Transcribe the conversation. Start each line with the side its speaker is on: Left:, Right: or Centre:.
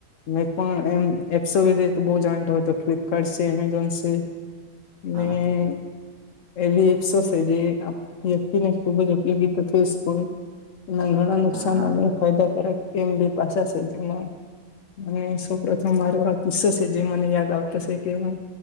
Left: મેં પણ એમ એપ્સો વિધ તો બહું જાણતો હતો ફ્લિપકાર્ટ છે એમેઝોન છે. ને
Right: હા
Left: એવી એપ્સો છે જે આ વ્યક્તિને ખૂબ જ ઉપયોગી થતી તો ઘણા નુકસાન
Right: હા હા
Left: અને ફાયદાકારક એમ બી પાછા છે જમાં અને સૌ પ્રથમ મારો આ કોસો છે જે યાદ આવતો છે કે હું